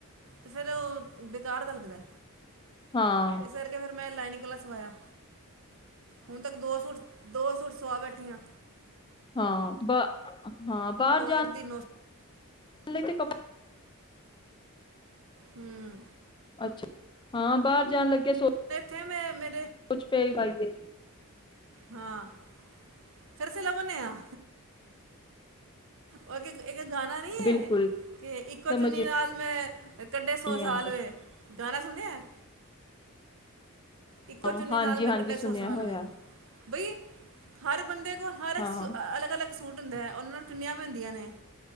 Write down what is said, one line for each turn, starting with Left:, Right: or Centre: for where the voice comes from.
Right: ਤੇ ਫਿਰ ਉਹ ਬੇਕਾਰ ਜਾ ਲੱਗਦਾ
Left: ਹਾਂ
Right: ਇਸ ਕਰਕੇ ਫਿਰ ਮੈਂ ਲਾਈਨਿੰਗ ਆਲਾ ਸਵਾਇਆ ਹੁਣ ਤੱਕ ਦੋ ਸੂਟ, ਦੋ ਸੂਟ ਸਵਾਅ ਬੈਠੀਆਂ।
Left: ਹਾਂ ਬਾ, ਹਾਂ ਬਾਹਰ ਜਾਣ,
Right: ਇੱਕ ਦੀ
Left: ਲਈ ਤੇ ਕਪ
Right: ਹੰਮ।
Left: ਅੱਛਾ, ਹਾਂ ਬਾਰ ਜਾਣ ਲੱਗੈ ਸੋ
Right: ਹੈ ਮੈਂ ਮੈਂ
Left: ਕੁਛ ਪੇਈ ਪਾਈਏ
Right: ਹਾਂ, ਫਿਰ ਸੇ ਲੈ <unintelligible> ਦਿਨੇ ਆ ਵਗਜ ਏ ਏ ਗਾਣਾ ਨਈਂ
Left: ਬਿਲਕੁਲ
Right: ਐ, ਕੇ ਇੱਕੋ
Left: ਸਮਝ
Right: ਚੁੰਨੀ ਨਾਲ ਮੈਂ ਵੇ ਕੱਢੇ
Left: ਨਹੀਂ
Right: ਸੌ ਸਾਲ
Left: ਆਉਂਦਾ
Right: ਵੇ ਗਾਣਾ ਸੁਣਿਐਂ ਇੱਕੋ
Left: ਹਾਂ
Right: ਚੁੰਨੀ
Left: ਹਾਂਜੀ-ਹਾਂਜੀ
Right: ਨਾਲ ਮੈਂ ਕੱਢੇ
Left: ਸੁਣਿਆ
Right: ਸੌ ਸਾਲ
Left: ਹੋਇਆ
Right: ਵੇ। ਬਈ, ਹਰ ਬੰਦੇ ਉਹ ਹਰਸ
Left: ਹਾਂ
Right: ਅਲਗ ਅਲਗ ਸੂਟ ਹੁੰਦੈ ਅਨਣ ਚੁੰਨੀਆਂ ਵੀ ਹੁੰਦੀਐਂ ਨੇ,